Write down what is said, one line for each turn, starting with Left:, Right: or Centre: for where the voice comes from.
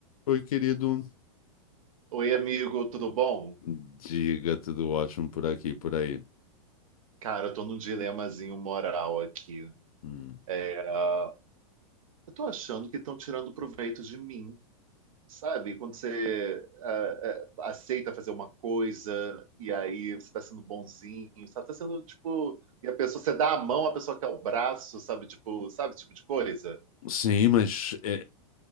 Left: Oi, querido.
Right: Oi, amigo, tudo bom?
Left: Diga, tudo ótimo por aqui, por aí.
Right: Cara, eu tô num dilemazinho moral aqui.
Left: Hum.
Right: É, ah, eu tô achando que estão tirando proveito de mim, sabe? Quando você ah, eh, aceita fazer uma coisa e aí você tá sendo bonzinho, sabe? Tá sendo tipo. E a pessoa, você dá a mão, a pessoa quer o braço, sabe? Tipo, sabe esse tipo de coisa?
Left: Sim, mas é,